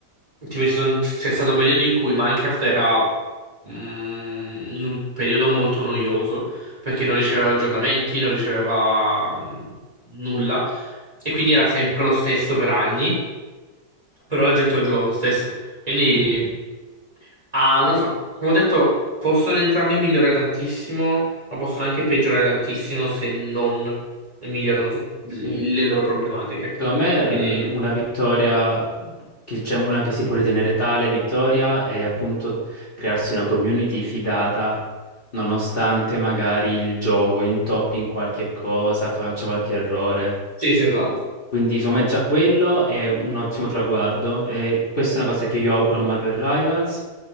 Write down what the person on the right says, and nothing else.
Tipo, ci son- c'è stato un periodo in cui Minecraft era mm, in un periodo molto noioso perché non riceveva aggiornamenti, non riceveva mh, nulla e quindi era sempre lo stesso per anni, però la gente lo giocava lo stesso. Quindi,
ah, non so, come ho detto, possono entrambi migliorare tantissimo, ma possono anche peggiorare tantissimo se non migliorano tut-
il- le loro problematiche.
Quindi,
sì, sì, esatto.